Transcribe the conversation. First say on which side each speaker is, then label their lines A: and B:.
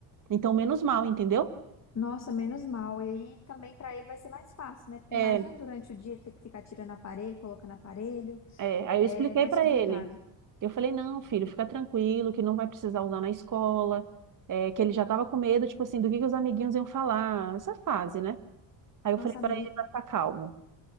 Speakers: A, on the right; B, on the left.
A: Então, menos mal, entendeu?
B: Nossa, menos mal. E aí também para ele vai ser mais fácil, né? Porque
A: É,
B: imagina durante o dia ele ter que ficar tirando aparelho, colocando aparelho.
A: é. Aí
B: É
A: eu expliquei
B: mais
A: para
B: complicado.
A: ele. Eu falei, não, filho, fica tranquilo, que não vai precisar usar na escola, é, que ele já estava com medo, tipo assim, do que que os amiguinhos iam falar, essa fase, né? Aí eu
B: Nossa,
A: falei
B: amiga.
A: para ele
B: E
A: para ficar calmo.